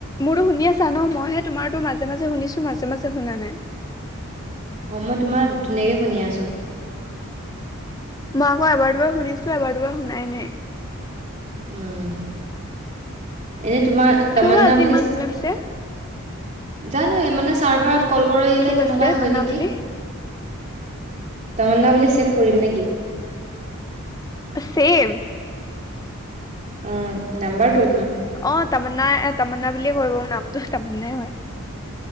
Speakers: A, on the left; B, on the right.
A: মোৰো শুনি আছে জান মইহে তোমাৰতো মাজে মাজে শুনিছো মাজে মাজে শুনা নাই
B: অ' মই তোমাৰ ধুনীয়াকে শুনি আছো।
A: মই আকৌ এবাৰ দুবাৰ শুনিছো এবাৰ দুবাৰ শুনাই নাই।
B: উম, এনে তোমাৰ তমন্না
A: কিয় বা আজি
B: বুলি
A: ইমান প্ৰব্লেম দিছে
B: জানো মানে চাৰ্ভাৰত ক'ল কৰিলে
A: কি কৈছে
B: তেনেকুৱাই
A: তামান্না
B: হয় নেকি?
A: বুলি
B: তমন্না বুলি ছেভ কৰিম নেকি?
A: ছেব
B: উম, নান্বাৰ টো।
A: অ', তাম্নাাই এ তমন্না বুলিয়ে কয় নামটো তাম্নাই হয়।